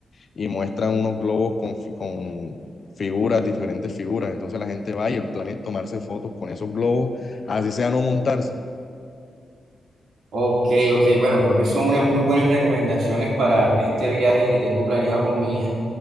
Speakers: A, on the left; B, on the right.
A: y muestran unos globos con, fi- con figuras, diferentes figuras. Entonces la gente va y el plan es tomarse fotos con esos globos, así sea no montarse.
B: Ok, ok, bueno, creo que son unas muy buenas recomendaciones para este viaje que tengo planeado con mi hija.